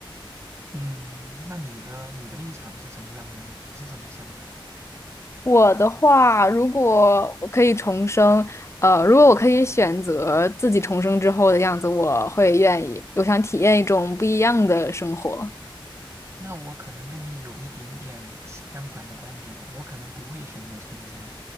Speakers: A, on the right (about 30°); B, on the left (about 30°).
A: 嗯，那你的你的立场是怎么样的呢？你是怎么想的？
B: 我的话，如果我可以重生，呃，如果我可以选择自己重生之后的样子，我会愿意，我想体验一种不一样的生活。
A: 那我可能跟你有一点点相反的观点，我可能不会选择重生，